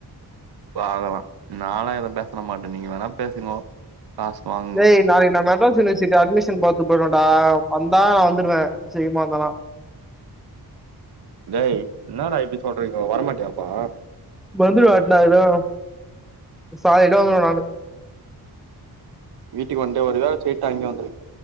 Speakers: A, on the right; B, in the centre.
A: பாக்கலா நாளா எதுவு பேச மாட்டே நீங்க வேணா பேசுங்கோ காஸ் வாங்
B: ஏய் நாளைக்கு நா மெட்ராஸ் யூனிவர்சிட்டி அட்மிஷன் பாத்து போய்றுவேடா வந்தா நா வந்துடுவே செய்யுமாந்தானா
A: டேய் என்னடா இப்டி சொல்றீங்க வரமாட்டியா அப்போ
B: வந்துடு வாட்டன இடோ சாய இடம் வந்து நானு
A: வீட்டுக்கு வந்தவர் தான் ஸ்ட்ரெயிட்டா அங்கே வந்துங்க